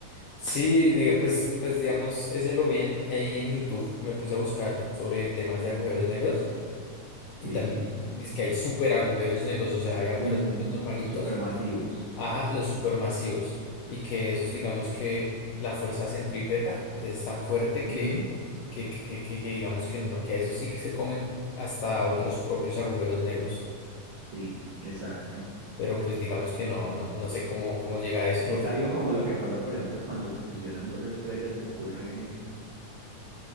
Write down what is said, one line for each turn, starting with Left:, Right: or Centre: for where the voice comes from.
Left: Sí, diga, pues, pues digamos, ese lo vi en, ahí en YouTube, me puse a buscar sobre temas de agujeros negros y
Right: Sí.
Left: también dice que hay súper agujeros negros, o sea, hay agujeros
Right: Ujú.
Left: negros normalitos.
Right: Supermasivos.
Left: Ajá, los supermasivos. Y que esos, digamos que la fuerza centrípeta es tan fuerte
Right: Ujú.
Left: que, que, que, que- que digamos que no, que a eso sí que se comen hasta otros propios agujeros negros.
Right: Sí, exacto.
Left: Pero pues digamos que no, no, no sé cómo, cómo llega a eso,
Right: Es
Left: porque
Right: algo como lo que pasa, por ejemplo, cuando se fusionan dos estrellas que ocurre